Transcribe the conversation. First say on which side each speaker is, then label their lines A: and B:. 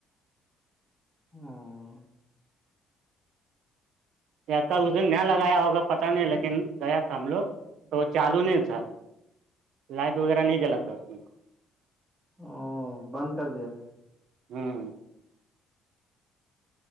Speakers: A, on the right; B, on the right.
A: ہاں
B: ک اس دن ن لگایا ہوگا پت نہیں لیکن گیا تھا ہم لوگ تو وہ چالو نہیں تھا لائٹ وغیرہ نہیں جلاتا اس میں
A: او بند کر دیا تھا
B: ہوں